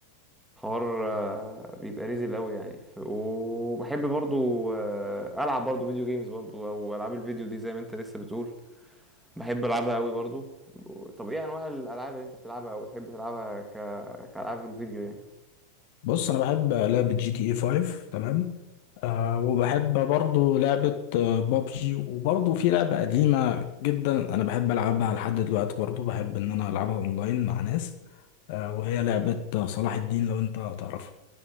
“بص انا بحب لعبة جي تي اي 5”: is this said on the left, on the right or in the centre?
Left